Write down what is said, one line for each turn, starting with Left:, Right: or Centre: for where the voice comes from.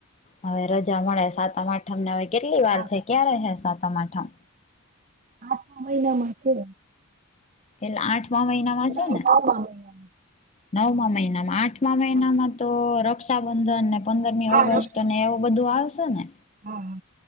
Left: હવે રજા મળે, સાતમ-આઠમ ને હવે કેટલી
Right: હા
Left: વાર છે. ક્યા રહે સા તમામ
Right: આઠમા મહિનામાં છે.
Left: પેલા આઠમા મહિનામાં
Right: નવમા
Left: છે ને,
Right: મહિનામાં
Left: નવમા મહિનામાં આઠ મા મહિનામાં
Right: હા
Left: તો રક્ષાબંધન ને, પંદરમી
Right: હા
Left: ઓગસ્ટને
Right: રક્ષાબંધન
Left: એવું બધું આવશે ને?
Right: હા,